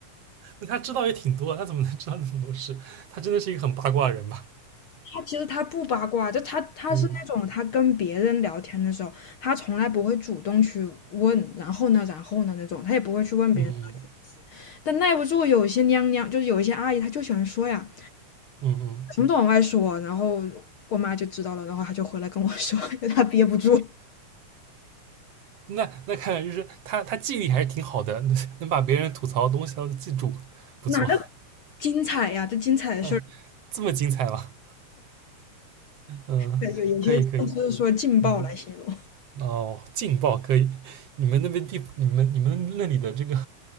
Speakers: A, on the right (about 55°); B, on the left (about 55°).
A: 那他知道也挺多，他怎么能知道那么多事？他真的是一个很八卦的人吧？
B: 他其实他不八卦，就他他是那种他跟别人聊天的时候，
A: 嗯
B: 他从来不会主动去问，然后呢，然后呢那种，他也不会去问别人。
A: 嗯
B: 但耐不住有些娘娘，就是有一些阿姨，她就喜欢说呀，
A: 嗯嗯，
B: 什么都往外说，然后我妈就知道了，然后她就回来跟我说，<laughs> 她憋不住。<laughs>
A: 那那看来就是他他记忆力还是挺好的，<laughs> 能能把别人吐槽的东西他都记住，不错。
B: 哪个精彩呀？这精彩的事儿。
A: 嗯，这么精彩吗？嗯，
B: 对，有有些就是说劲爆来形容，
A: 可以可以，嗯。哦，劲爆可以！你们那边地，你们你们那里的这个